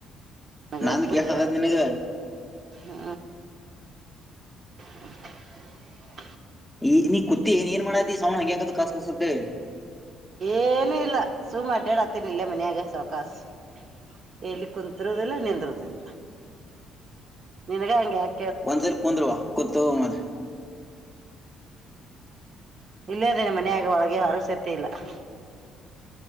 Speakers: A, on the right; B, in the centre.
A: ಅದೇ,
B: ನಂದ್
A: ಬಾರಿ
B: ಕೇಳ್ಸತೈತ್
A: ಕೇಳಿಸು,
B: ನಿನಗ
A: ಹೂ. <unintelligible> <unintelligible> <inaudible>
B: ಈ ನೀ ಕುತ್ತಿ ಏನ್ ಏನ್ ಮಾಡಾತಿ ಸೌಂಡ್ ಹಂಗ್ಯಾಕದು ಕಸ್ ಕಸ್ ಅಂತೇಳಿ
A: ಏನು, ಇಲ್ಲ, ಸುಮು, ಮಾ. <inaudible> ಬೇಡ, ಅತ್ತೆಗೆ ಇಲ್ಲೇ! ಮನೆಯಾಗ, ಸಾವುಕಾಸು. <unintelligible> ಇಲ್ಲಿ, ಕುಂತರುದಿಲ್ಲ, ನಿಂದರುದಿಲ್ಲ, ನಿನಗ, ಹಂಗ ಯಕ. <inaudible>
B: ಒಂದ್ಸಲಿ ಕುಂದ್ರವ್ವ ಕುಂತ್ ಹೋಗೋಣ? <inaudible>
A: ಇಲ್ಲಯದನೆ ಮನೆಯಗ ಒಳಗೆ ಹೊರ ಸತ್ಯ ಇಲ್ಲ! <inaudible>